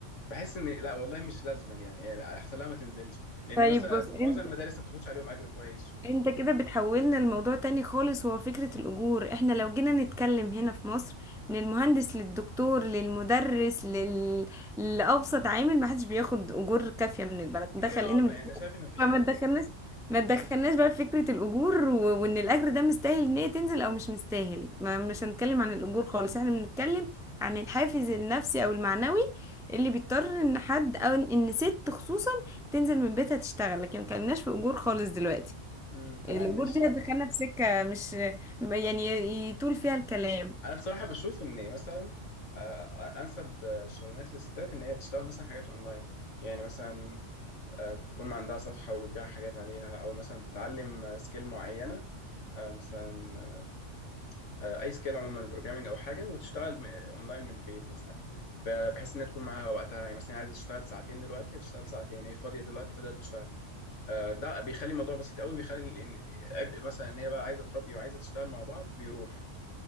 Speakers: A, on the left; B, in the centre.
A: بحس ان لا والله مش لازما يعني يعني احسن لها ما تنزلش لان
B: طيب
A: مثلا
B: بص انت
A: معظم المدارس ما بتاخدش عليهم اجر كويس
B: انت كده بتحولنا الموضوع تاني خالص هو فكرة الأجور احنا لو جينا نتكلم هنا في مصر من المهندس للدكتور للمدرس لل... لأبسط عامل ما حدش بياخد أجور كافية من البلد ده
A: كده
B: خلينا
A: اه ما
B: من...
A: يعني أنا شايف
B: <laughs>
A: ان مفيش
B: فما
A: تقدير
B: تدخلناش ما تدخلناش بقى في فكرة الأجور و... وإن الأجر ده مستاهل إن هي تنزل أو مش مستاهل ما مش هنتكلم عن الأجور خالص احنا بنتكلم عن الحافز النفسي أو المعنوي اللي بيضطر إن حد أو إن إن ست خصوصا تنزل من بيتها تشتغل لكن ما اتكلمناش في أجور خالص دلوقتي
A: امم تمام
B: الأجور
A: ماشي
B: دي
A: يعني
B: هتدخلنا في سكة مش يعني يطول فيها الكلام
A: انا بصراحة بشوف ان مثلا آه، انسب آه، شغلانات للستات ان هي تشتغل مثلا حاجات اونلاين يعني مثلا آه، تكون عندها صفحة وبتبيع حاجات عليها أو مثلا تتعلم آه، سكيل معينة آه، مثلا آه، أي سكيل عموما بروجرامينج أو حاجة وتشتغل م- أونلاين من البيت مثلا ب- بحيث إنها تكون معاها وقتها يعني مثلا عايزة تشتغل ساعتين دلوقتي هتشتغل ساعتين هي فاضية دلوقتي فقدرت تشتغل آه، ده بيخلي الموضوع بسيط قوي بيخلي إن عبء مثلا إن هي بقى عايزة تربي وعايزة تشتغل مع بعض بيروح